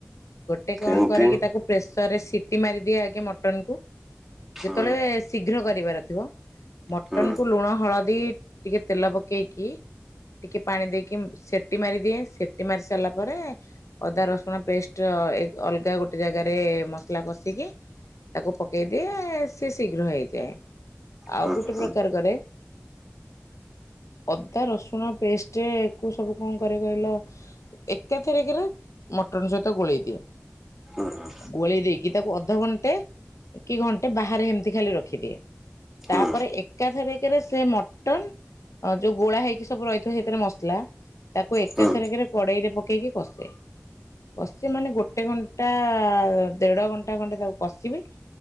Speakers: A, on the left; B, in the centre.
A: ଗୋଟେ କଣ
B: କେମିତି
A: କରେକି ତାକୁ ପ୍ରେସରରେ ସିଟି ମାରିଦିଏ ଆଗେ ମଟନ୍ କୁ
B: ହୁଁ
A: ଯେତେବେଳେ ଶୀଘ୍ର କରିବାର ଥିବ ମଟନକୁ
B: ହୁଁ
A: ଲୁଣ, ହଳଦୀ ଟିକେ ତେଲ ପକେଇକି ଟିକେ ପାଣି ଦେଇକି ସେଟି ମାରିଦିଏ ସେଟି ମାରି ସାରିଲା ପରେ ଅଦା ରସୁଣ ପେଷ୍ଟ ର ଏ ଅଲ୍ ଅଲଗା ଗୋଟେ ଜାଗାରେ ମସଲା କଷିକି ତାକୁ ପକେଇ ଦିଏ ସିଏ ଶୀଘ୍ର ହେଇଯାଏ। ଆଉ
B: ହୁଁ
A: ଗୋଟେ
B: ହୁଁ
A: ପ୍ରକାର କରେ। ଅଦା ରସୁଣ ପେଷ୍ଟକୁ ସବୁ କଣ କରେ କହିଲ? ଏକାଥରେକରେ ମଟନ ସହିତ ଗୋଳେଇ ଦିଏ।
B: ହୁଁ ହୁଁ।
A: ଗୋଳେଇ ଦେଇକି ତାକୁ ଅଧଘଣ୍ଟେ କି ଘଣ୍ଟେ ବାହାରେ ଏମିତି ଖାଲି ରଖିଦିଏ। ତାପରେ
B: ହୁଁ
A: ଏକାଥରେକେରେ ସେ ମଟନ ଅ ଯୋଉ ଗୋଳା ହେଇକି ସବୁ ରହିଥିବ ସେଇଥିରେ ମସଲା ତାକୁ ଏକାଥରେକେରେ
B: ହୁଁ
A: କଡ଼େଇ ରେ ପକେଇକି କଷେ। କସିବି ମାନେ ଗୋଟେ ଘଣ୍ଟା ଦେଢ ଘଣ୍ଟା ଖଣ୍ଡେ ତାକୁ କଷିବି